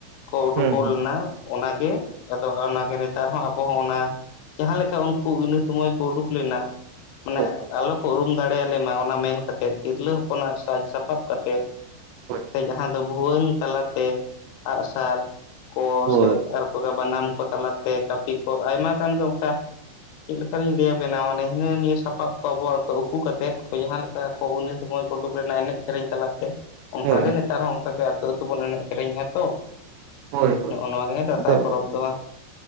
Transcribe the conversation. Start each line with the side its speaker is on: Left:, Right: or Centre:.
Left: ᱠᱚ ᱩᱰᱩᱠ
Right: ᱦᱩᱸ
Left: ᱠᱚᱜ
Right: ᱦᱩᱸ
Left: ᱞᱮᱱᱟ ᱾ ᱚᱱᱟᱜᱮ ᱟᱫᱚ ᱚᱱᱟᱜᱮ ᱱᱮᱛᱟᱨ ᱦᱚᱸ ᱟᱵᱚ ᱦᱚᱸ ᱚᱱᱟ ᱡᱟᱦᱟᱸ ᱞᱮᱠᱟ ᱩᱱᱠᱩ ᱤᱱᱟᱹ ᱥᱚᱢᱚᱭ ᱠᱚ ᱩᱰᱩᱠ ᱞᱮᱱᱟ ᱾ ᱢᱟᱱᱮ
Right: ᱦᱳᱭ
Left: ᱟᱞᱚ ᱠᱚ ᱩᱨᱩᱢ ᱫᱟᱲᱮ ᱟᱞᱮ ᱢᱟ ᱚᱱᱟ ᱢᱮᱱ ᱠᱟᱛᱮᱫ ᱛᱤᱨᱞᱟᱹ ᱦᱚᱯᱚᱱᱟᱜ ᱥᱟᱡᱽ ᱥᱟᱯᱟᱵ ᱠᱟᱛᱮᱫ
Right: ᱦᱚᱭ
Left: ᱥᱮ ᱡᱟᱦᱟᱸ ᱫᱚ ᱵᱷᱩᱣᱟᱹᱝ ᱛᱟᱞᱟᱛᱮ ᱟᱜ-ᱥᱟᱨ ᱠᱚ
Right: ᱦᱳᱭ
Left: ᱥᱮ ᱟᱨ ᱵᱟᱱᱟᱢ ᱠᱚ ᱛᱟᱞᱟᱛᱮ ᱠᱟᱹᱯᱤ ᱠᱚ ᱟᱭᱢᱟ ᱜᱟᱱ ᱜᱮ ᱚᱱᱠᱟ ᱪᱮᱫ ᱞᱮᱠᱟᱞᱤᱧ ᱞᱟᱹᱭ ᱟᱵᱤᱱᱟ ᱢᱟᱱᱮ ᱦᱤᱱᱟᱹ ᱱᱤᱭᱟᱹ ᱥᱟᱯᱟᱵ ᱠᱚ ᱟᱵᱚᱣᱟᱜ ᱩᱠᱩ ᱠᱟᱛᱮᱫ ᱠᱚ ᱡᱟᱦᱟᱸ ᱞᱮᱠ <unintelligible> ᱤᱱᱟᱹ ᱥᱚᱢᱚᱭ ᱩᱰᱩᱠ ᱞᱮᱱᱟ ᱮᱱᱮᱡ ᱥᱮᱨᱮᱧ ᱛᱟᱞᱟᱛᱮ, ᱚᱱᱠᱟᱜᱮ
Right: ᱦᱳᱭ
Left: ᱱᱮᱛᱟᱨ ᱦᱚᱸ ᱚᱱᱠᱟᱜᱮ ᱟᱹᱛᱩ ᱟᱹᱛᱩ ᱵᱚᱱ ᱮᱱᱮᱡ ᱥᱮᱨᱮᱧ ᱮᱜ ᱛᱚ,
Right: ᱦᱳᱭ
Left: ᱱᱚᱜᱼᱚ ᱱᱚᱣᱟ ᱜᱮ ᱫᱟᱸᱥᱟᱭ
Right: ᱟᱫᱚ
Left: ᱯᱚᱨᱚᱵᱽ ᱫᱚ ᱦᱟᱸᱜ